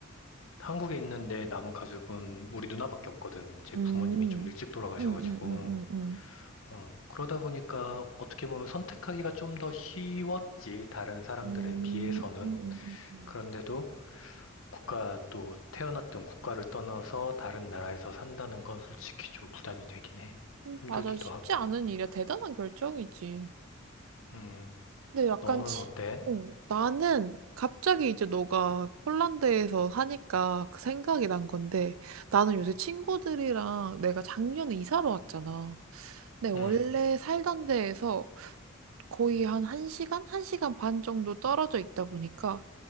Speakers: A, on the left; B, on the right.
A: 한국에 있는 내 남은 가족은 우리 누나밖에 없거든. 이제
B: 음.
A: 부모님이 좀 일찍 돌아가셔가지고.
B: 응, 응, 응, 응, 응.
A: 어, 그러다 보니까 어떻게 보면 선택하기가 좀 더 쉬웠지, 다른 사람들에
B: 음.
A: 비해서는.
B: 음, 음, 음,
A: 그런데도 국가 또 태어났던 국가를 떠나서 다른 나라에서 산다는 건 솔직히 좀 부담이 되긴 해.
B: 음.
A: 힘들기도
B: 맞아. 쉽지
A: 하고.
B: 않은 일이야. 대단한 결정이지.
A: 음,
B: 근데 약간
A: 너는
B: 치...
A: 어때?
B: 어, 나는 갑자기 이제 너가 폴란드에서 하니까 그 생각이 난 건데 나는 요새 친구들이랑 내가 작년에 이사를 왔잖아. 네, 원래
A: 음,
B: 살던 데에서 거의 한 1시간, 1시간 반 정도 떨어져 있다 보니까